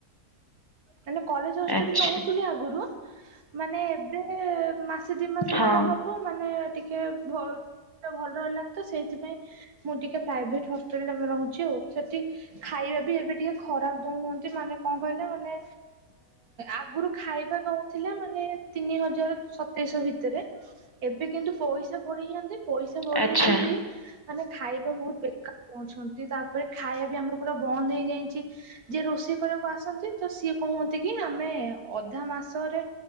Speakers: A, on the right; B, on the left.
A: ମାନେ କଲେଜ ହଷ୍ଟେଲରେ
B: ଆଚ୍ଛା
A: ରହୁଥିଲେ ଆଗରୁ ମାନେ ଏବେ ମା ମାସେ, ଦି ମାସ
B: ହଁ
A: ଖଣ୍ଡେ ହବ ମାନେ ଟିକେ ଭ ଭଲ ରହିଲାନି ତ ସେଇଥିପାଇଁ ମୁଁ ଟିକେ ପ୍ରାଇଭେଟ ହଷ୍ଟେଲରେ ରହୁଛି ଆଉ, ସେଠି ଖାଇ ଖାଇବା ବି ଏବେ ଟିକେ ଖରାପ ଦଉଛନ୍ତି। ମାନେ କଣ କହିଲେ ମାନେ ଆଗରୁ ଖାଇବା ନଉଥିଲା ମାନେ ତିନି ହଜାର ସତେଇଶ ଭିତରେ, ଏବେ କିନ୍ତୁ ପଇସା ବଢେଇନ୍ତି, ପଇସା ବଢେଇକି
B: ଆଚ୍ଛା।
A: ବି ମାନେ ଖାଇବା ବହୁତ ବେକାର ଦଉଛନ୍ତି, ତାପରେ ଖାଇବା ବି ଆମର ପୁରା ବନ୍ଦ ହେଇଯାଇଚି, ଯିଏ ରୋଷେଇ ଜି କରିବାକୁ ଆସନ୍ତି ତ ସିଏ କହୁଚନ୍ତି କି ଆମେ ଅଧା ମାସରେ